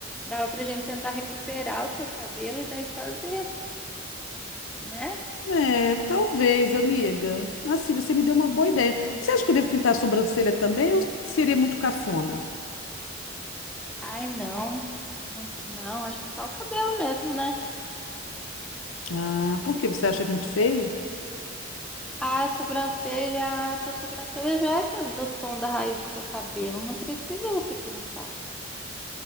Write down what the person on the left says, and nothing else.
É, talvez, amiga. Assim, você me
deu uma boa ideia. Você acha que eu devo pintar a sobrancelha também ou seria muito cafona?
Ah, por quê? Você acha muito feio?